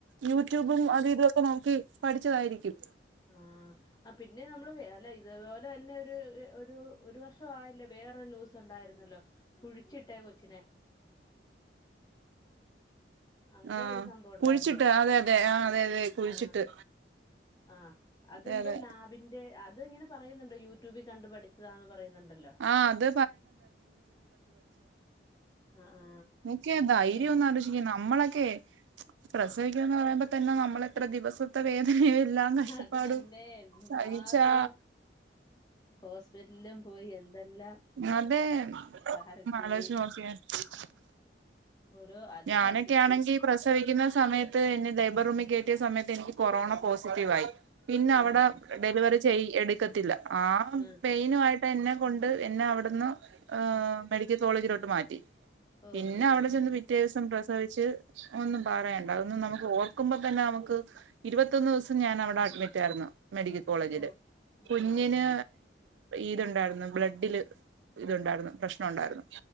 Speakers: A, on the right; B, on the left.
A: യൂട്യൂബും അതും ഇതൊ ഒക്കെ നോക്കി പഠിച്ചതായ്രിക്കും
B: ആ ആ പിന്നെ നമ്മള് അല്ല ഇതേപോലെ തന്നെ ഒരു ഒരു ഒരു വർഷ ആയല്ലേ വേറൊരു ന്യൂസുണ്ടായിരുന്നല്ലോ കുഴിച്ചിട്ടേ കൊച്ചിനെ അങ്ങനെ
A: ആ
B: ഒരു സംഭവം ഉണ്ടായല്ലോ
A: കുഴിച്ചിട്ട് അതെ അതെ ആ അതെ അതെ കുഴിച്ചിട്ട്
B: ആ ആ അതെന്തോ
A: അതെ അതെ
B: ലാബിന്റെ അ അതെങ്ങനെ പ പറയുന്നുണ്ട് യൂട്യൂബി കണ്ട് പഠിച്ചതാന്ന് പറയുന്നുണ്ടല്ലോ
A: ആ അത്
B: ആ ആ
A: നോക്കിയേ ആ ധൈര്യം
B: ഓ എ-
A: ഒന്നാലോചിച്ച് നമ്മളൊക്കെ പ്രസവിക്കണംന്ന് പറയുമ്പോ തന്നെ നമ്മളെത്ര ദിവസം വേദനയും എല്ലാം കഷ്ടപ്പാടും
B: അത് തന്നെ എന്തുമാത്രം
A: സഹിച്ചാ
B: ഹോസ്പിറ്റലിലും പോയി എന്തെല്ലാം
A: അതെ
B: സഹാരക്കൂവി
A: മാലശ നക്കിയ <unintelligible> <inaudible>
B: ഓരോ അല്ല
A: ഞാനൊക്കെയാണെങ്കി
B: ഇത് വി
A: പ്രസവിക്കുന്ന സമയത്ത് എന്നെ ലേബർ റൂമിൽ കേറ്റിയ സമയത്ത് എനിക്ക് കൊറോണ പോസിറ്റീവ് ആയി പിന്നെ അവ്ടെ
B: ആഹ്
A: ഡെലിവറി ചെയ്യ എടു ക്കത്തില്ല <inaudible> ആ
B: ആഹ്
A: പെയിനുആയിട്ട് എന്നെ കൊണ്ട് എന്നെ അവിടുന്ന് മെഡിക്കൽ കോളേജിലോട്ട് മാറ്റി
B: ഓ
A: പിന്നെ
B: ആ
A: അവിടെ ചെന്ന് പിറ്റേ ദിവസം പ്രസവിച്ച് ഒന്നും പറയണ്ട അതൊന്നും നമുക്ക് ഓർക്കുമ്പോ തന്നെ നമുക്ക് ഇരുപത്തൊന്ന് ദിവസം ഞാനവിടെ അഡ്മിറ്റായിരുന്നു മെഡിക്കൽ കോളേജില്
B: ഓഹ്
A: കുഞ്ഞിന്
B: ആഹ് ആഹ് ആഹ്
A: ഇതുണ്ടായിരുന്നു ബ്ലഡ്ഢില് ഇതുണ്ടായിരുന്നു പ്രശ്നണ്ടായിരുന്നു